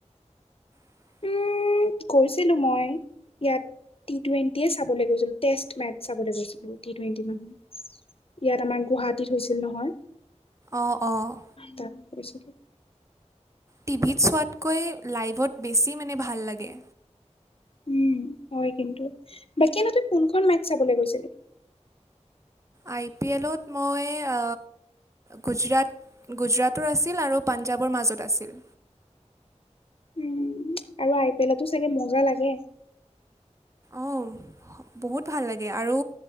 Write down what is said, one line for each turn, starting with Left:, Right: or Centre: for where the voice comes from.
Right: <inaudible>
Left: উম গৈছিলো মই ইয়াত টি টুৱেণ্টিয়ে চাবলৈ গৈছিল টেষ্ট মেটছ চাবলৈ গৈছিলো টি টুৱেণ্টি নামত। ইয়াত আমাৰ গুৱাহাটীত হৈছিল নহয়।
Right: অ', অ'।
Left: তাত গৈছিলো।
Right: টিভিত চোৱাতকৈ লাইভত বেছি মানে ভাল লাগে।
Left: উম, হয় কিন্তু। বাকী এনে তই কোনখন মেথচ চাবলৈ গৈছিলি?
Right: আই পি এলত মই আ গুজৰাট গুজৰাটৰ আছিল আৰু পাঞ্জাৱৰ মাজত আছিল।
Left: উম, আৰু আই পি এলতো চাগে মজা লাগে।
Right: অঁ বহুত ভাল লাগে আৰু